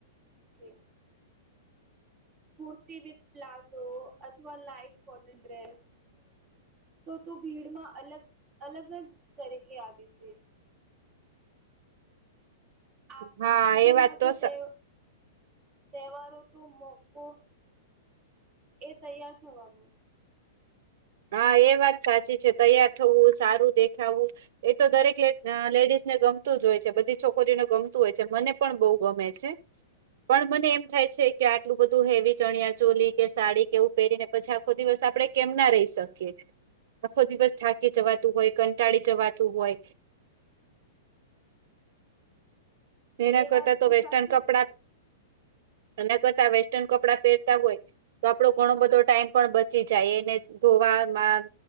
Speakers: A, on the right (about 40°); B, on the right (about 65°).
A: છે કુર્તી વિથ પ્લાઝો અથવા લાઈટ કોટન ડ્રેસ તો તું ભીડમાં અલગ અલગ જ તરીકે આવે છે. આપણા
B: હા
A: કલ્ચરમાં
B: એ વાત
A: તો તે.
B: સા
A: તહેવારો તો મોકો એ તૈયાર થવાનું
B: હા એ વાત સાચી છે તૈયાર થુવુ સારું દેખાવું. એ તો દરેક લેડીઝને ગમતું જ હોય છે બધી છોકરીઓને ગમતું હોય છે મને પણ બહુ ગમે છે પણ મને એમ થાય છે કે આટલું બધું હેવી ચણિયા ચોલી કે સાડી કેવું પહેરીને પછી આખો દિવસ આપડે કેમ ના રહીશ. શકીયે આખો દિવસ થાકી જવાતું હોય કંટાળી જવાતું હોય
A: એ
B: એના કરતા
A: વાત
B: તો વેસ્ટર્ન
A: સાચી
B: કપડા એના કરતા વેસ્ટર્ન કપડા પહેરતા હોય તો આપડો ઘણો બધો ટાઈમ પણ બચી જાય એને ધોવામાં.